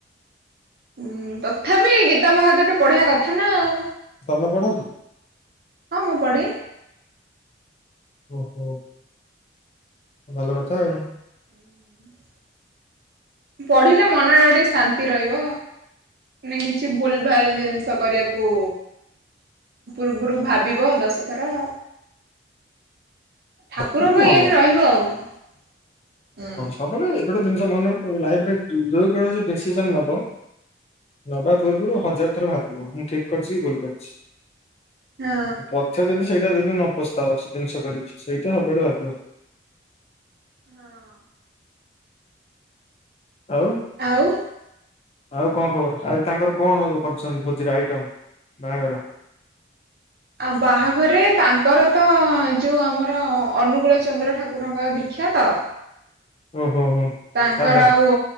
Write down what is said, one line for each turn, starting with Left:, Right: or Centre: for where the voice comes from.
Right: ହୁଁ ତଥାପି ଗୀତାଭାଗବତ ଟିକେ ପଢିବା କଥା ନା ଆଉ।
Left: ତମେ ପଢକି?
Right: ହଁ ମୁଁ ପଢେ।
Left: ଓହୋ, ଭଲକଥା ଆଉ।
Right: <inaudible> ପଢ଼ିଲେ ମନଟା ଟିକେ ଶାନ ନ୍ତି ରହିବ ନା କିଛି ଭୁଲ ଭାଲ ଜିନିଷ କରିବାକୁ ପୂର୍ବରୁ ଭାବିବ ଦଶ ଥର। ଠାକୁରଙ୍କ
Left: ସେଟା ବି ଭଲ।
Right: ଇଏରେ ରହିବ ଆଉ ହୁଁ।
Left: ହବନି ଏ ଗୋଟେ ଜିନିଷ ମାନେ ଲାଇଫରେ ଯେକୌଣସି ଡିସିସନ ନବ ନବା ପୂର୍ବରୁ ହଜାର ଥର ଭାବିବ, ମୁଁ ଠିକ କରିଛି କି ଭୁଲ କରିଛି।
Right: ହଁ
Left: ପଛେ ଯେମିତି ସେଇଟା ଯେମିତି ନ ପସ୍ତାଅ ସେ ଜିନିଷ କରିଛି, ସେଇଟା ସବୁଆଡୁ ଭାବିବ।
Right: ହଁ।
Left: ଆଉ।
Right: ଆଉ
Left: ଆଉ କଣ ଖବର ଆଜି ତାଙ୍କର କଣ କରିଛନ୍ତି ଭୋଜିର ଆଇଟମ ବାହାଘର?
Right: ଆ ବାହାଘରେ ତାଙ୍କର ତ ଯୋଉ ଆମର ଅନୁଗୂଳ ଚନ୍ଦ୍ର ଠାକୁରଙ୍କ ଦୀକ୍ଷା ତ।
Left: ଓ ହୋ ହୋ।
Right: ତାଙ୍କର
Left: ସାଧା
Right: ଆଉ